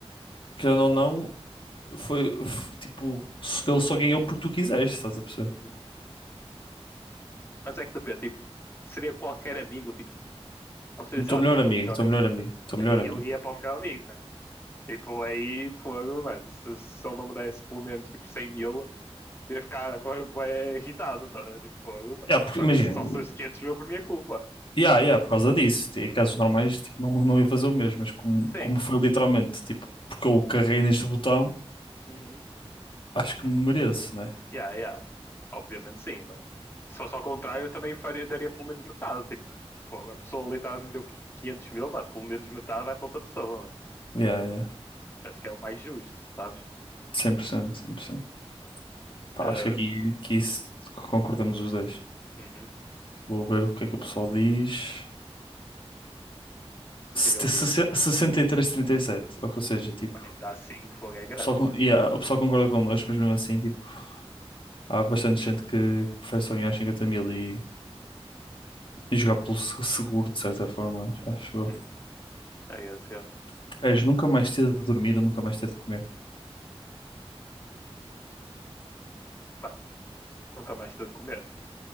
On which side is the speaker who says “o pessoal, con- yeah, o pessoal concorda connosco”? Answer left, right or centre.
Left